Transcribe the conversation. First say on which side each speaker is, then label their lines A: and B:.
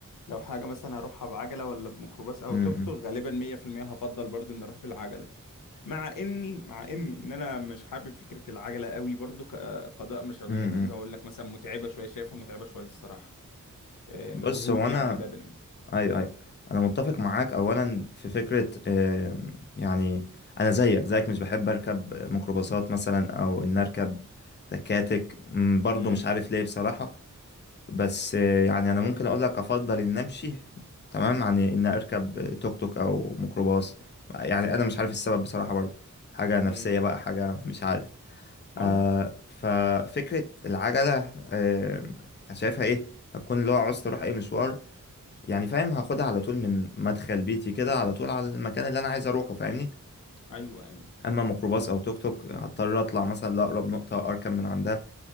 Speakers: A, on the left (about 85°); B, on the left (about 35°).
A: لو حاجة مثلا هروحها بعجلة ولا بميكروباص او
B: امم
A: توك توك غالبا 100% هفضل برضه ان اروح بالعجلة مع اني مع اني ان انا مش حابب فكرة العجلة قوي برضه كقضاء مشاوير
B: امم
A: لان
B: امم.
A: زي ما اقول لك مثلا متعبة شوية شايفها متعبة شوية الصراحة آه،
B: بص
A: مجهود
B: هو انا
A: يعني بدني
B: ايوه ايوه انا متفق معاك اولا في فكره آه، يعني انا زيك زيك مش بحب اركب ميكروباصات مثلا او ان اركب تكاتك مم، برضو
A: امم
B: مش عارف ليه بصراحه بس آه، يعني انا ممكن اقول لك افضل ان امشي تمام عن ان اركب توك توك او ميكروباص يعني انا مش عارف السبب بصراحه برضو حاجه نفسيه
A: امم
B: بقى حاجه مش عارف
A: ممكن
B: آه ففكرة العجلة آه شايفها ايه هتكون اللي هو عاوز اروح اي مشوار يعني فاهم هاخدها على طول من مدخل بيتي كده على طول على المكان اللي انا عايز اروحه فاهمني
A: ايوه يعني
B: اما ميكروباص او توك توك هضطر اطلع مثلا لاقرب نقطة اركب من عندها